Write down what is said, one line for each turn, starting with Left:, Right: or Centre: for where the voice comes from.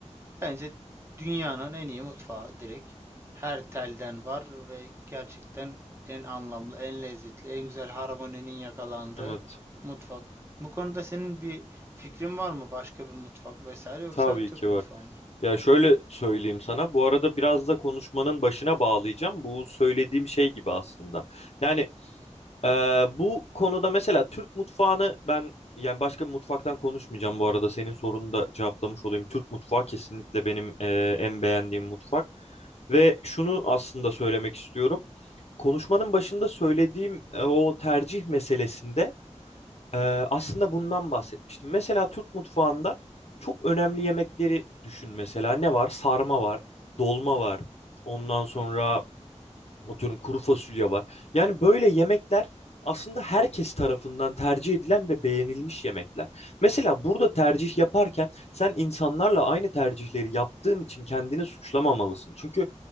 Right: Bence dünyanın en iyi mutfağı direkt. Her telden var ve gerçekten en anlamlı, en lezzetli, en güzel harmoninin yakalandığı
Left: Evet.
Right: mutfak. Bu konuda senin bir fikrin var mı? Başka bir mutfak vesaire yoksa
Left: Tabii
Right: Türk
Left: ki
Right: mutfağı
Left: var.
Right: mı?
Left: Ya şöyle söyleyeyim sana. Bu arada biraz da konuşmanın başına bağlayacağım. Bu söylediğim şey gibi aslında. Yani e, bu konuda mesela Türk mutfağını ben yani başka bir mutfaktan konuşmayacağım bu arada. Senin sorunu da cevaplamış olayım. Türk mutfağı kesinlikle benim e, en beğendiğim mutfak. Ve şunu aslında söylemek istiyorum. Konuşmanın başında söylediğim e, o tercih meselesinde ee, aslında bundan bahsetmiştim. Mesela Türk mutfağında çok önemli yemekleri düşün mesela. Ne var? Sarma var, dolma var. Ondan sonra Atıyorum kuru fasulye var. Yani böyle yemekler aslında herkes tarafından tercih edilen ve beğenilmiş yemekler. Mesela burada tercih yaparken sen insanlarla aynı tercihleri yaptığın için kendini suçlamamalısın. Çünkü